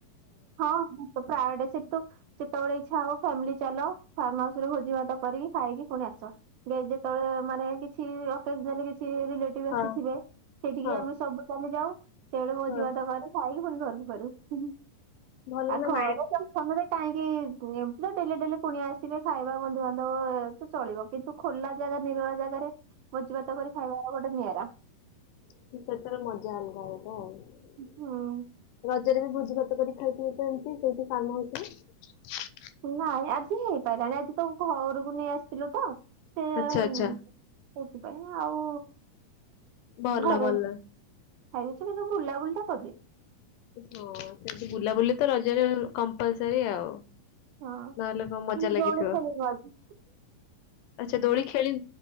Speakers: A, on the right; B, on the left.
A: ହଁ ପ୍ରାୟଟସେତ ସେତେବେଳେ ଇଚ୍ଛା ହବ ଫ୍ୟାମିଲି ଚାଲ। ଫାର୍ମ ହାଉସରୁ ଭୋଜି ଭାତ କରିକି ଖାଇକି ପୁଣି ଆସ। <unintelligible> ଳେ ମାନେ କିଛି <unintelligible> ସେ ରିଲେଟିଭ
B: ହଁ
A: ଆସିଥିବେ, ସେଠିକି
B: ହଁ
A: ଆମେ ସବୁ ଚାଲି ଯାଉ। ସେଡେ ମୋ
B: ହଁ
A: <unintelligible> ଖାଇକି ପୁଣି ଘରକୁ ଫେରୁ। ହଁ।
B: ଭଲ
A: ଆଉ
B: ନା
A: ଘରେ
B: ମାଇଣ୍ଡ
A: ସବୁ ସାଙ୍ଗରେ କାଇଁକି ତ ଡେଲି ଡେଲି ପୁଣି ଆସିବେ। ଖାଇବା ବନ୍ଧୁବାନ୍ଧବ ତ ଚଳିବ କିନ୍ତୁ ଖୋଲା ଜାଗା ନିରଳ ଜାଗାରେ ଭୋଜିଭାତ କରି ଖାଇବା ଗୋଟେ ନିଆର୍ <inaudible>
B: <unintelligible> ପ୍ରକାରର ମଜା ଅଲଗା <inaudible> ଆଉ
A: ହୁଁ।
B: ରଜରେ ବି ଭୋଜି ଭାତ କରି ଖାଇଥିବ ତ ଏମିତି ସେଇଠି କାମ ହଉଛି ‌ନା।
A: ନାଇଁ ଆଜି ହେ <unintelligible> ଆଜି ତମକୁ ଘରକୁ ନେଇ ଆସ୍ ଥିଲୁ ତ। <unintelligible>
B: ଆଚ୍ଛା ଆଚ୍ଛା
A: କୋଉଥିପାଇଁ ଆଉ
B: ଭଲ
A: ଘରେ
B: ଭଲ।
A: ଖାଇଦେଇଛି କିନ୍ତୁ ବୁଲାବୁଲି ତ କରିଦେଇଛି।
B: ହଁ ସେମିତି ବୁଲାବୁଲି ତ ରଜରେ କମ୍ପଲସରୀ ଆଉ
A: ହଁ।
B: ନହେଲେ କଣ ମଜା
A: ମାନେ
B: ଲାଗିଥିବ,
A: ଦୋଳି ଖେଳିନୁ ଆଜି?
B: ଆଛା ଦୋଳି ଖେଳି